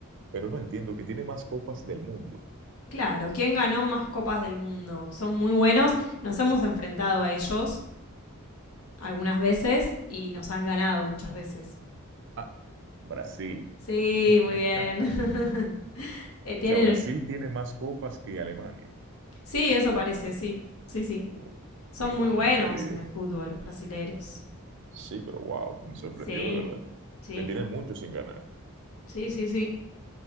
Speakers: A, on the right; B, on the left.
A: pero no entiendo que tiene más copas del mundo.
B: Claro, ¿quién ganó más copas del mundo? Son muy buenos, nos hemos enfrentado a ellos algunas veces y nos han ganado muchas veces.
A: Ah, Brasil.
B: Sí, muy
A: <laughs>
B: bien. <laughs> Eh,
A: O
B: tienen...
A: sea, Brasil tiene más copas que Alemania.
B: Sí, eso parece, sí. Sí, sí.
A: Oh,
B: Son
A: mira,
B: muy buenos
A: no sabía.
B: en el fútbol los brasileros.
A: Sí, pero wow, me sorprendió
B: Sí,
A: de verdad.
B: sí,
A: Porque tiene mucho sin ganar.
B: sí, sí, sí.